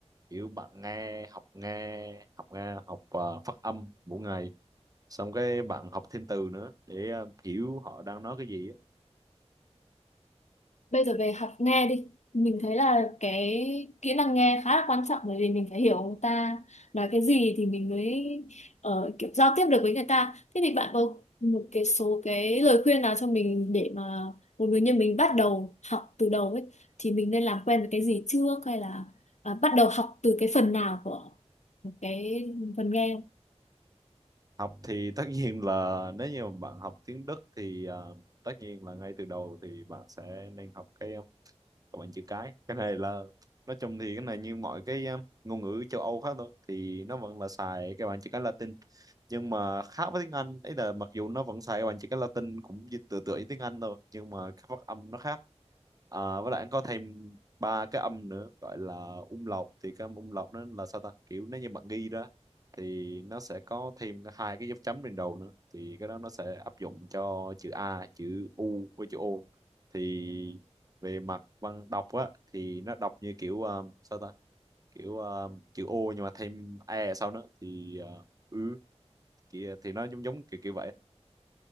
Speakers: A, on the right; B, on the left.
A: kiểu bạn nghe học nghe học nghe học ờ, phát âm mỗi ngày xong cái bạn học thêm từ nữa để ờ, hiểu họ đang nói cái gì á.
B: bây giờ về học nghe đi mình thấy là cái kỹ năng nghe khá là quan trọng bởi vì mình phải hiểu người ta nói cái gì thì mình mới ờ, kiểu giao tiếp được với người ta thế thì bạn có một cái số cái lời khuyên nào cho mình để mà một người như mình bắt đầu học từ đầu ấy thì mình nên làm quen với cái gì trước hay là à, bắt đầu học từ cái phần nào của cái phần nghe
A: học thì tất nhiên là nếu như mà bạn học tiếng Đức thì ờ, tất nhiên là ngay từ đầu thì bạn sẽ nên học cái còn bằng chữ cái cái này là nói chung thì cái này như mọi cái um, ngôn ngữ châu Âu khác thôi thì nó vẫn là xài cái bảng chữ cái Latin nhưng mà khác với tiếng Anh ấy là mặc dù nó vẫn xài cái bảng chữ cái Latin cũng như tựa tựa như tiếng Anh thôi nhưng mà cái phát âm nó khác à, với lại anh có thêm ba cái âm nữa gọi là umlaut thì cái âm umlaut nó là sao ta kiểu nếu như bạn ghi ra thì nó sẽ có thêm cái- hai cái dấu chấm trên đầu nữa thì cái đó nó sẽ áp dụng cho chữ A chữ U với chữ O thì về mặt văn đọc á thì nó đọc như kiểu ờ, sao ta kiểu ờ, chữ O nhưng mà thêm e sau nữa thì ờ, ứ thì, ờ, thì nó giống giống kiểu kiểu vậy